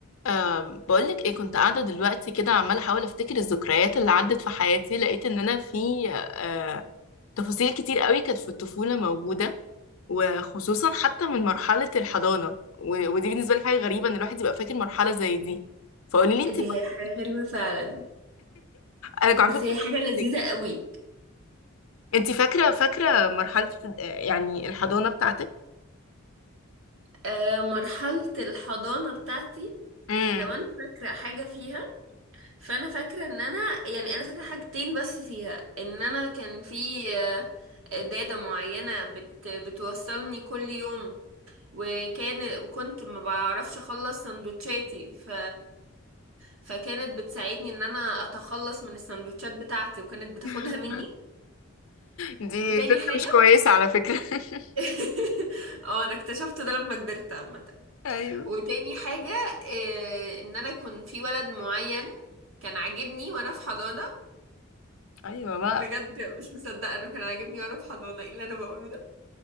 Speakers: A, on the left; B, on the right.
A: أم بقولك ايه كنت قاعدة دلوقتي كده عمالة احاول افتكر الذكريات اللي عدت في حياتي لقيت ان انا في أه تفاصيل كتير قوي كانت في الطفولة موجودة وخصوصا حتى من مرحلة الحضانة و- ودي بالنسبة لي حاجة غريبة ان الواحد يبقى فاكر مرحلة زي دي فقولي لي انت
B: دي هي
A: <laughs>
B: حاجة غريبة فعلا
A: انا كنت عارفة
B: بس
A: كنت
B: هي حاجة لذيذة
A: هسألك،
B: قوي
A: انت فاكرة فاكرة مرحلة ابتد- آه، يعني الحضانة بتاعتك
B: آه مرحلة الحضانة بتاعتي
A: امم
B: لو انا فاكرة حاجة فيها فانا فاكرة ان انا يعني انا فاكرة حاجتين بس فيها ان انا كان في آه، دادة معينة بت بتوصلني كل يوم وكان وكنت ما بعرفش اخلص سندوتشاتي ف فكانت بتساعدني ان انا اتخلص من السندوتشات بتاعتي وكانت بتاخدها
A: <laughs>
B: مني
A: دي
B: وتاني
A: ست
B: حاجة
A: مش كويسة على فكرة <laughs>
B: <laughs> اه انا اكتشفت ده لما كبرت عامة
A: ايوه
B: وتاني حاجة إيه ان انا كنت في ولد معين كان عاجبني وانا في حضانة
A: ايوه بقى
B: بجد مش مصدقة انه كان عاجبني وانا في حضانة ايه اللي انا بقوله ده